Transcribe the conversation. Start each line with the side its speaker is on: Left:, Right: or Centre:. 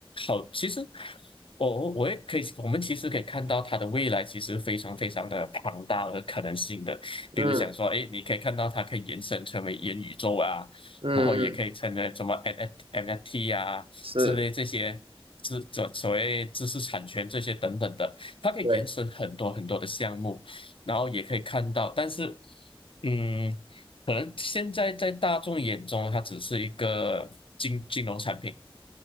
Left: 好，其实我我我也可以，我们其实可以看到它的未来其实非常非常的庞大和可能性的。
Right: 嗯
Left: 比如想说，哎，你可以看到它可以延伸成为元宇宙啊，
Right: 嗯嗯，
Left: 然后也可以成为什么 NFT 啊之类这些知这所谓知识产权这些等等的，
Right: 是，
Left: 它可以延伸很多很多的项目，
Right: 对，
Left: 然后也可以看到，但是。嗯，可能现在在大众眼中，它只是一个金金融产品。